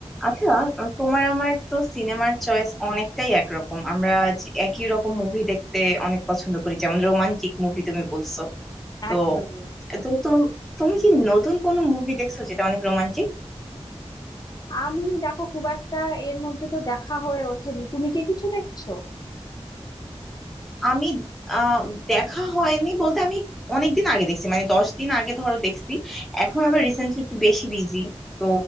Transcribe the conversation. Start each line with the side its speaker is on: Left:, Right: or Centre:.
Centre: আচ্ছা আহ, তোমার আমার তো সিনেমার চয়েস অনেকটাই একরকম আমরা যে- একই রকম মুভি দেখতে অনেক পছন্দ করি যেমন রোমান্টিক মুভি তুমি বলছো তো
Left: একদমই
Centre: তো তো তুমি কি নতুন কোনো মুভি দেখছো যেটা অনেক রোমান্টিক
Left: আমি দেখো খুব একটা এর মধ্যে তো দেখা হয়ে ওঠেনি তুমি কি কিছু দেখছো
Centre: আমি আহ দেখা হয়নি বলতে আমি অনেকদিন আগে দেখছি মানে দশ দিন আগে ধরো দেখছি এখন আবার রিসেন্টলি একটু বেশি বিজি তো